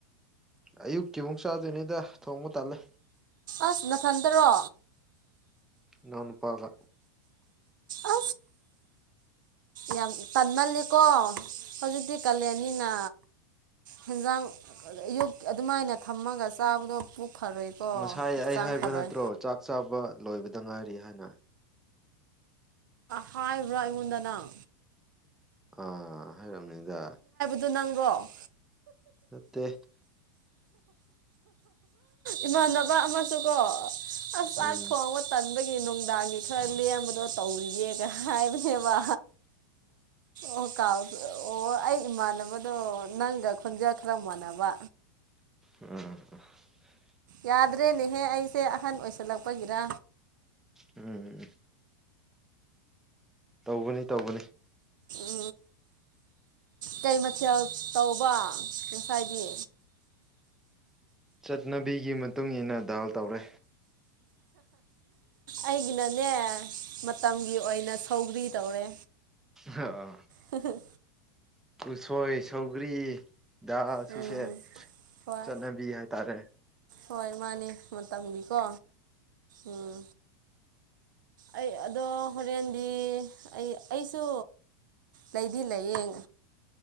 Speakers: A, in the centre; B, on the right.
A: ꯑꯌꯨꯛꯀꯤꯃꯨꯛ ꯆꯥꯗꯣꯏꯅꯤꯗ ꯊꯣꯡꯃꯨꯛ ꯇꯜꯂꯦ
B: ꯑꯁ ꯃꯊꯟꯇꯔꯣ
A: ꯅꯅ ꯄꯥꯒ
B: ꯑ ꯌꯥꯝ ꯇꯟꯃꯜꯂ ꯀꯣ ꯍꯧꯖꯤꯛꯇꯤ ꯀꯥꯂꯦꯟꯅꯤꯅ ꯍꯦꯟꯖꯥꯡ ꯑꯌꯨꯛ ꯑꯗꯨꯃꯥꯏꯅ ꯊꯝꯃꯒ ꯆꯥꯕꯗꯣ ꯐꯔꯣꯏꯀꯣ
A: ꯉꯁꯥꯏ
B: ꯍꯛꯆꯥꯡ
A: ꯑꯩ ꯍꯥꯏꯕ
B: ꯐꯔꯣꯏ
A: ꯅꯠꯇ꯭ꯔꯣ ꯆꯥꯛ ꯆꯥꯕ ꯂꯣꯏꯕꯗ ꯉꯥꯏꯔꯤ ꯍꯥꯏꯅ
B: ꯍꯥꯏꯕ꯭ꯔꯥ ꯑꯩꯉꯣꯟꯗ ꯅꯪ
A: ꯑꯥ ꯍꯥꯏꯔꯛꯝꯅꯤꯗ
B: ꯑꯗꯨ ꯅꯪꯕꯔꯣ
A: ꯃꯠꯇꯦ
B: ꯏꯃꯥꯟꯅꯕ ꯑꯃꯁꯨ ꯀꯣ ꯑꯁ ꯆꯥꯛ
A: ꯎꯝ
B: ꯊꯣꯡꯕ ꯇꯟꯕꯒꯤ ꯅꯨꯡ ꯅꯨꯡꯗꯥꯡꯒꯤ ꯈꯔ ꯂꯦꯝꯕꯗꯣ ꯇꯧꯔꯤꯌꯦꯦꯒ ꯍꯥꯏꯕꯅꯦꯕ ꯑꯣ ꯀꯥꯎꯗ ꯑꯣ ꯑꯩ ꯏꯃꯥꯟꯅꯕꯗꯣ ꯅꯪꯒ ꯈꯣꯟꯖꯥ ꯈꯔ ꯃꯥꯟꯅꯕ
A: ꯑ
B: ꯌꯥꯗ꯭ꯔꯦꯅꯦꯍꯦ ꯑꯩꯁꯦ ꯑꯍꯟ ꯑꯣꯏꯁꯜꯂꯛꯄꯒꯤꯔ
A: ꯎꯝ ꯇꯧꯕꯅꯤ ꯇꯧꯕꯅꯤ
B: ꯎ ꯀꯩ ꯃꯊꯦꯜ ꯇꯧꯕ ꯉꯁꯥꯏꯗꯤ
A: ꯆꯠꯅꯕꯤꯒꯤ ꯃꯇꯨꯡ ꯏ ꯃꯇꯨꯡꯏꯟꯅ ꯗꯥꯜ ꯇꯧꯔꯦ
B: ꯑꯩꯒꯤꯅꯅꯦ ꯃꯇꯝꯒꯤ ꯑꯣꯏꯅ ꯁꯧꯒ꯭ꯔꯤ ꯇꯧꯔꯦ
A: ꯍ ꯑ
B: ꯍꯝ ꯍꯝ
A: ꯎꯁꯣꯏ ꯁꯧꯒ꯭ꯔꯤ ꯎ
B: ꯎꯝ
A: ꯁꯤꯁꯦ
B: ꯍꯣꯏ
A: ꯆꯠꯅꯕꯤ ꯍꯥꯏ ꯇꯥꯔꯦ
B: ꯍꯣꯏ ꯃꯥꯅꯦ ꯃꯇꯝꯒꯤꯀꯣ ꯎꯝ ꯑꯩ ꯑꯗꯣ ꯍꯣꯔꯦꯟ ꯑꯩ ꯑꯩꯁꯨ ꯂꯩꯗꯤ ꯂꯩꯌꯦꯡ